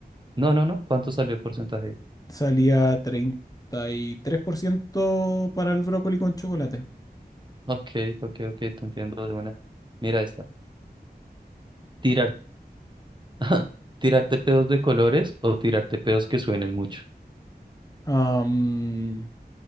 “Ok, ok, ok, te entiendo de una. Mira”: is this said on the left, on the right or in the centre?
Right